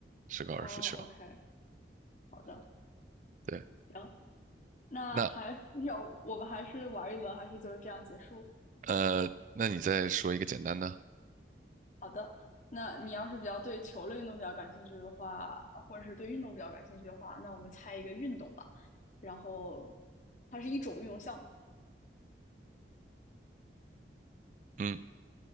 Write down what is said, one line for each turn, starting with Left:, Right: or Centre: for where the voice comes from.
Right: 是高尔夫球。
Left: 哦，OK，好的，
Right: 对，
Left: 行。那还要
Right: 那
Left: <laughs> 我们还是玩一轮，还是就这样结束？
Right: 呃，那你再说一个简单的。
Left: 好的，那你要是比较对球类运动比较感兴趣的话，或者是对运动比较感兴趣的话，那我们猜一个运动吧。然后它是一种运动项目，
Right: 嗯，